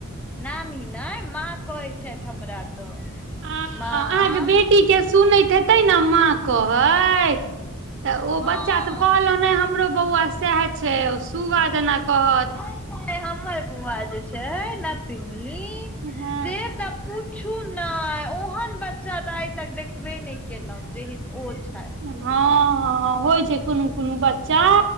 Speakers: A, in the centre; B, on the right.
A: नानी ही ने माँ कहै छथि हमरा तऽ
B: ह
A: माँ
B: अहाँके बेटी के सुनैत एतै ने माँ कहैत तऽ ओ
A: हँ
B: बच्चा सब कहलो हम हमरो बौआ सएह छै ओ सूगा जेना कहत
A: नहि नहि हमर बौआ जे छै नथिनी
B: हँ
A: से त पुछु ने ओहन बच्चा तऽ आइ तक देखबे नहि केलहु जेहन ओ छै
B: हँ होइ छै कोनो कोनो बच्चा